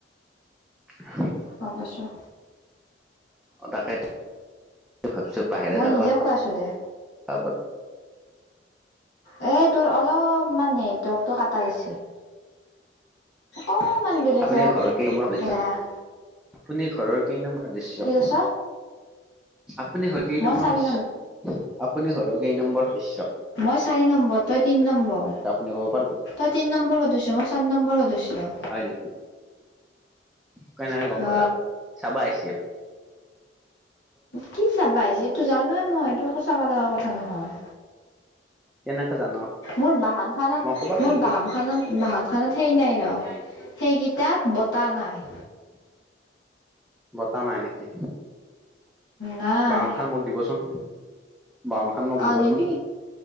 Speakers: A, in the centre; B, on the left.
A: <unintelligible>
B: গম পাইছোঁ।
A: তাকেটো ভাবছোঁ পাহেৰা
B: মই
A: চাউলৰ
B: নিজে
A: ভাত
B: খুৱাইছো দে
A: <unintelligible>
B: এ তোৰ অলপমান নেটৱৰ্কটো কাটা গেছি। অকণমান বেলেগ
A: আপুনি
B: জেগাত
A: ঘৰ কেই নম্বৰ
B: ওলাই
A: সদস্য
B: আহ।
A: আপুনি ঘৰৰ কেই নং সদস্য?
B: কি কৈছ
A: আপুনি হয় কেই
B: মই
A: নম্বৰ
B: চাৰি
A: শস্য? আপুনি ঘৰৰ কেই নম্বৰ সদস্য?
B: মই চাৰি নম্বৰ, তই তিন নম্বৰ।
A: নব পাৰবো?
B: তই তিন নম্বৰ সদস্য, মই চাৰ নম্বৰ সদস্য।
A: হয় নেকি? কেনেকে গম
B: অ
A: পালে আপুনি? চাবা আহিছি আ
B: কি চাবা আহিছি? এইটো জানোৱে মই, এইটো একো চাবা লাগা কথা নহয়।
A: কেনেকে জান?
B: মোৰ বাহানখানত-
A: মই ক'বা লাগিব
B: মোৰ বামখনত- বাহনখনত সেই নাই ৰ, সেই তাত বতাহ নাই।
A: বতাহ নাই নেকি?
B: নাই
A: বাহনখান মোক দিবচোন। বা খান মোক
B: অ
A: দিবচোন।
B: নিবি